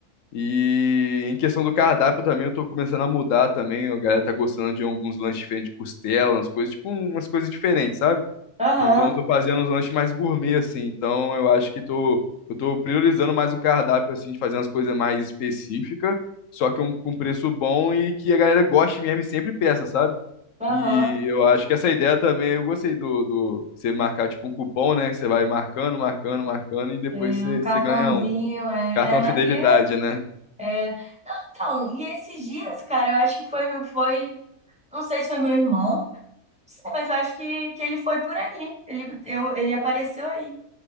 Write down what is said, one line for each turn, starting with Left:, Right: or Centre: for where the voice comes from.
Left: E em questão do cardápio também, eu tô começando a mudar também. A galera tá gostando de alguns lanches diferentes de costela, umas coisas, tipo, umas coisas diferentes, sabe?
Centre: Aham.
Left: Então eu tô fazendo uns lanches mais gourmet, assim. Então eu acho que tô, eu tô priorizando mais o cardápio, assim, de fazer umas coisas mais específicas, só que um, com preço bom e que a galera goste mesmo e sempre peça, sabe?
Centre: Aham.
Left: E eu acho que essa ideia também, eu gostei do, do você marcar tipo um cupom, né? que Você vai marcando, marcando, marcando e depois
Centre: É
Left: você,
Centre: um cartãozinho,
Left: você ganha um
Centre: é
Left: cartão
Centre: é maneiro.
Left: fidelidade, né?
Centre: É... Não, então, e esses dias, cara, eu acho que foi, foi, não sei se foi meu irmão, não sei, mas eu acho que, que ele foi por aí. Ele, eu, ele apareceu aí.